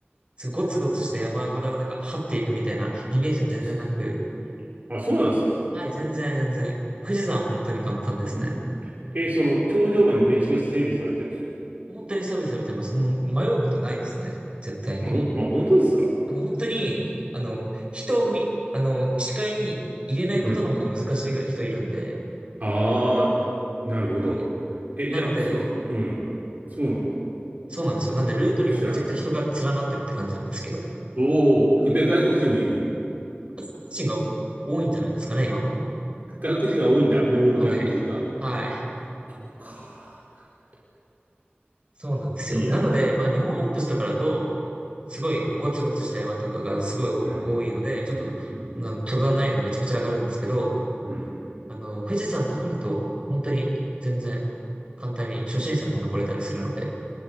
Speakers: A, on the right (about 30°); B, on the right (about 45°).
A: すごいゴツゴツした山肌をなんか張っていくみたいなイメージは全然なく、
B: そあ、そうなんですか。
A: はい、全然全然。富士山は本当に簡単ですね。
B: うん。えーその頂上まで道が整備されてるんですか。
A: 本当にサビサビてます。もう迷うことないですね。絶対に。
B: あ、ほん、あ、本当ですか。
A: あの、本当に、あの、人を見、あの、視界に入れないことの方が難しいぐらい人いるんで、
B: うん。ああ、なるほど。
A: はい。
B: え、
A: なので、
B: じゃあ、その、うん。そうなん
A: そうなんですよ。なんでルートにもめちゃくちゃ人が連なってるって感じなんですけど、
B: だ。知らなかった。おお、で、外国人もいる。
A: 外国人が多いんじゃないですかね、今はもう。
B: 外国人が多いんだ。登る外国人が。
A: はい。はい。
B: そうか。なるほど。
A: そうなんですよ。
B: いや
A: なので、まあ日本アルプスとかだと、すごいもうゴツゴツした山とかがすごい多多いので、
B: ー、うん、
A: ちょっと、
B: うん、うん、
A: な登山難易度めちゃくちゃ上がるんですけど、
B: うん。
A: あの、富士山とかだと、本当に全然簡単に初心者も登れたりするので、